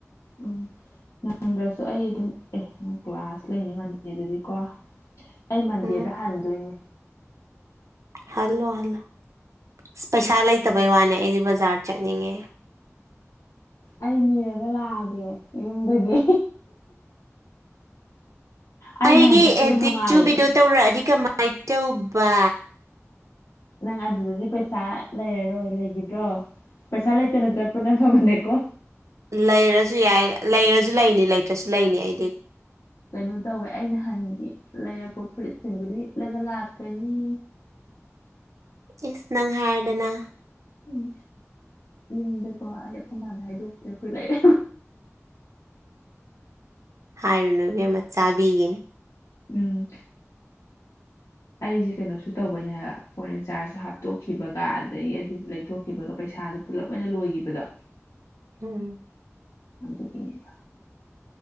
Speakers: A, on the left; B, on the right.
A: ꯎꯝ ꯅꯪꯗ꯭ꯔꯁꯨ ꯑꯩ ꯑꯗꯨꯝ ꯑꯦ ꯅ ꯀ꯭ꯂꯥꯁ ꯂꯩꯅꯤ ꯃꯟꯗꯦꯗꯗꯤꯀꯣ ꯑꯩ ꯃꯟꯗꯦꯗ
B: ꯎꯝ
A: ꯍꯟꯗꯣꯏꯅꯦ
B: ꯍꯜꯂꯣ ꯍꯜꯂꯣ ꯑ ꯄꯩꯁꯥ ꯂꯩꯇꯕꯩ ꯋꯥꯅꯦ ꯑꯩꯗꯤ ꯕꯖꯥꯔ ꯆꯠꯅꯤꯡꯉꯦꯪ
A: ꯑꯩ ꯅꯤꯔꯒ ꯂꯥꯛꯑꯒꯦ ꯌꯨꯝꯗꯒꯤ ꯑꯩ
B: ꯑꯩꯒꯤ
A: ꯅꯍꯥꯟ ꯆꯠꯄꯗꯣ
B: ꯑꯦꯗꯤꯛ
A: ꯅꯨꯡꯉꯥꯏꯌꯦ
B: ꯆꯨꯕꯤꯗꯨ ꯇꯧꯔꯛꯑꯗꯤ ꯀꯃꯥꯏꯅ ꯇꯧꯕꯥ
A: ꯅꯪ ꯑꯗꯨꯗꯗꯤ ꯄꯩꯁꯥ ꯂꯩꯔꯔꯣꯏ ꯂꯩꯈꯤꯗ꯭ꯔꯣ ꯄꯩꯁꯥ ꯂꯩꯇꯅꯠꯇꯦ ꯄꯨꯅ ꯐꯕꯅꯦꯀꯣ
B: ꯂꯩꯔꯁꯨ ꯌꯥꯏ ꯂꯩꯔꯁꯨ ꯂꯩꯅꯤ ꯂꯩꯇ꯭ꯔꯁꯨ ꯂꯩꯅꯤ ꯑꯩ
A: ꯀꯩꯅꯩꯅꯣ ꯇꯧꯋꯦ ꯑꯩꯅ ꯍꯥꯟꯒꯤ ꯂꯩꯔꯛꯄ ꯐꯨꯔꯤꯠꯁꯤꯡꯗꯨꯗ ꯏꯠꯂꯒ ꯂꯥꯛꯀꯅꯤ
B: ꯏꯁꯁ ꯅꯪ ꯍꯥꯏꯔꯗꯅ
A: ꯎꯝ ꯌꯨꯝꯗꯀꯣ ꯑꯩ ꯑꯩꯈꯣꯏ ꯃꯥꯗ ꯍꯥꯏꯗꯣꯛꯇ꯭ꯔꯦ ꯑꯩꯈꯣꯏ ꯂꯩꯔꯦ
B: ꯍꯥꯏꯔꯨꯅꯨꯕꯤ ꯑꯃ ꯆꯥꯕꯤꯒꯤꯅꯦ
A: ꯎꯝ
B: <unintelligible>
A: ꯑꯩꯁꯦ ꯀꯩꯅꯣꯁꯨ ꯇꯧꯕꯅꯦ ꯐꯣꯟ ꯔꯤꯆꯥꯥꯔꯖꯁꯨ ꯍꯥꯞꯇꯣꯛꯈꯤꯕꯒ ꯑꯗꯒꯤ ꯑꯗꯨꯁꯨ ꯂꯩꯊꯣꯛꯈꯤꯕꯒ ꯄꯩꯁꯥ ꯑꯗꯨ ꯄꯨꯂꯞ ꯑꯣꯏꯅ ꯂꯣꯏꯈꯤꯕꯗꯣ
B: ꯎꯝ
A: ꯑꯗꯨꯗꯒꯤꯅꯦ